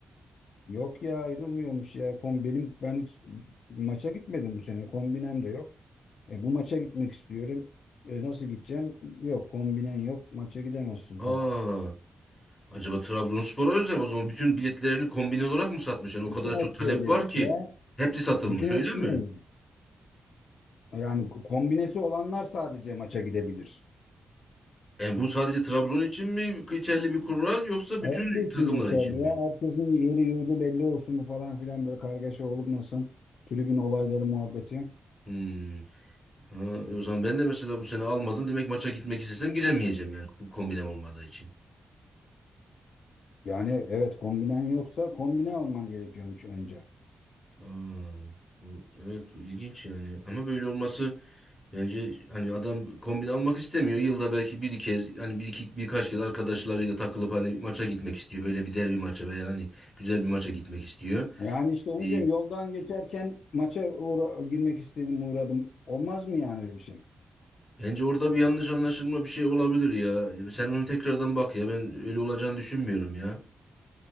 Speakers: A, on the left (about 75°); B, on the left (about 25°).
A: Yok ya ayrılmıyormuş ya. Kom benim ben hiç maça gitmedim bu sene. Kombinem de yok. E, bu maça gitmek istiyorum. E, nasıl gideceğim? Yok kombinen yok. Maça gidemezsin
B: Aa,
A: falan.
B: acaba Trabzonspor'a özel mi? o zaman bütün biletlerini kombine olarak mı satmış? Yani o
A: Bütün
B: kadar çok
A: hepsi
B: talep
A: öyleymiş
B: var ki
A: ya.
B: hepsi satılmış
A: Bütün hepsi
B: öyle mi?
A: öyleymiş. Yani kombinesi olanlar sadece maça gidebilir.
B: Yani bu sadece Trabzon için mi geçerli bir kural yoksa
A: Hepsi
B: bütün
A: için
B: takımlar
A: geçerli
B: için mi?
A: ya. Herkesin yeri yurdu belli olsun falan filan böyle kargaşa olmasın. Tribün olayları muhabbeti.
B: Hmm. Ha, e o zaman ben de mesela bu sene almadım. Demek maça gitmek istesem giremeyeceğim yani k- kombinem olmadığı için.
A: Yani evet kombinen yoksa kombine alman gerekiyormuş önce.
B: Aa, bu, evet bu ilginç yani. Ama böyle olması bence hani adam kombin almak istemiyor. Yılda belki bir kez hani bir iki birkaç kez arkadaşlarıyla takılıp hani maça gitmek istiyor. Böyle bir derbi maça veya hani güzel bir maça gitmek istiyor.
A: Yani işte onu
B: Bir,
A: diyorum yoldan geçerken maça uğra- girmek istedim uğradım. Olmaz mı yani öyle bir şey?
B: bence orada bir yanlış anlaşılma bir şey olabilir ya. E, Sen onu tekrardan bak ya. Ben öyle olacağını düşünmüyorum ya.